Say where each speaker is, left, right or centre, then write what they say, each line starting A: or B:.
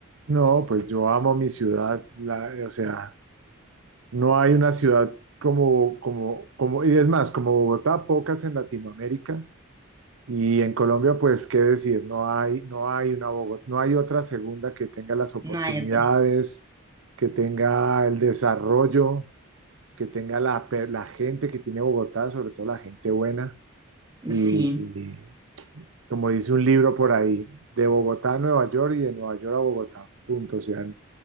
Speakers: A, on the right (about 65°); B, on the right (about 15°).
A: no, pues yo amo mi ciudad, la- o sea, no hay una ciudad como como como y es más, como Bogotá, pocas en Latinoamérica Y en Colombia, pues, qué decir, no hay, no hay una Bogotá, no hay otra segunda que tenga las oportunidades,
B: no hay otra.
A: que tenga el desarrollo, que tenga la, pe- la gente que tiene Bogotá, sobre todo la gente buena. Y,
B: Sí,
A: y como dice un libro por ahí, de Bogotá a Nueva York y de Nueva York a Bogotá, punto. O sea,